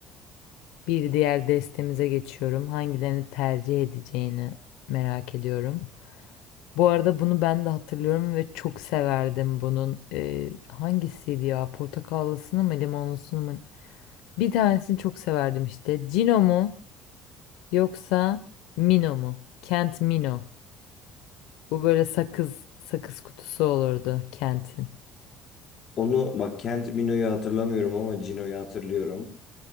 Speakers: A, on the left; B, on the left.
A: Bir diğer destemize geçiyorum. Hangilerini tercih edeceğini merak ediyorum. Bu arada bunu ben de hatırlıyorum ve çok severdim bunun. Ee, hangisiydi ya? Portakallısını mı, limonlusunu mu? Bir tanesini çok severdim işte. Cino mu yoksa Mino mu? Kent Mino. Bu böyle sakız sakız kutusu olurdu Kent'in.
B: Onu bak Kent Mino'yu hatırlamıyorum ama Cino'yu hatırlıyorum.